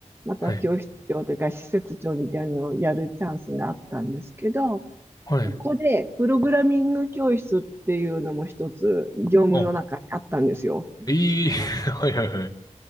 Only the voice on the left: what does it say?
はい。はい。
あ、いい。<laughs> はいはいはい。